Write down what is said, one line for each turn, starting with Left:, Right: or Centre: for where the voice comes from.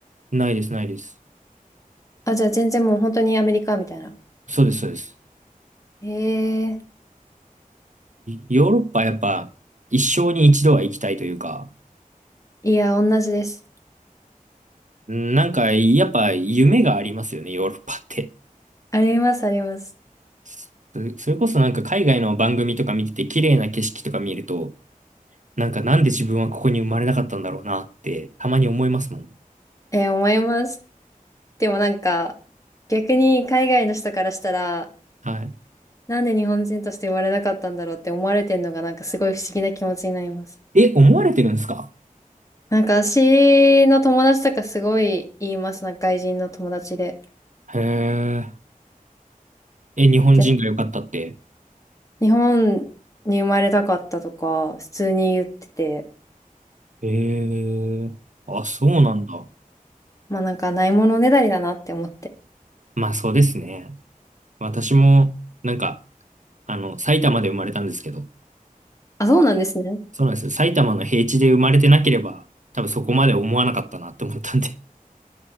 Right: ないです、ないです。
Left: あ、じゃあ全然もう本当にアメリカみたいな。
Right: そうです、そうです。
Left: ええ
Right: ヨーロッパはやっぱ一生に一度は行きたいというか、
Left: いや、同じです。
Right: うんなんかやっぱ夢がありますよね、ヨーロッパって。
Left: あります、あります。
Right: そそれこそなんか海外の番組とか見てて綺麗な景色とか見ると、なんかなんで自分はここに生まれなかったんだろうなってたまに思いますもん。
Left: えー思います。でもなんか、逆に海外の人からしたら、
Right: はい。
Left: なんで日本人として生まれなかったんだろうって思われてんのがなんかすごい不思議な気持ちになります。
Right: え、思われてるんですか
Left: なんか私の友達とかすごい言います。なんか外人の友達で。
Right: へえ。え、日本人が良かったって。
Left: で、日本に生まれたかったとか普通に言ってて、
Right: へえ。あ、そうなんだ。
Left: まあなんかないものねだりだなって思って。
Right: まあそうですね。私もなんか、あの、埼玉で生まれたんですけど、
Left: あ、そうなんですね。
Right: そうなんですよ。埼玉の平地で生まれてなければ、多分そこまで思わなかったなって思ったんで。